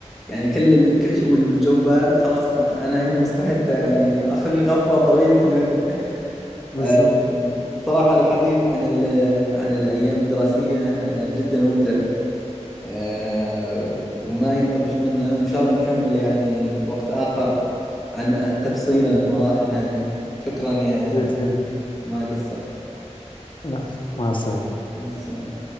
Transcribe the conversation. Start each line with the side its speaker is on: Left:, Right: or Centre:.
Centre: يعني كل ال- كل شيء وال- والجو بارد خلاص أنا أنا هنا مستعدة يعني آخذ لي غفوة طويلة المدى
Left: بالظبط
Centre: آه، صراحة الحديث عن ال- عن الأيام الدراسية آه، جدا ممتع آه، وما ينطفش منه وإن شاء الله نكمل يعني وقت آخر عن تفصيلا في مراحل ثانية شكرا يا
Left: بإذن الله
Centre: ما قصرت
Left: العفو. مع السلامة
Centre: مع السلامة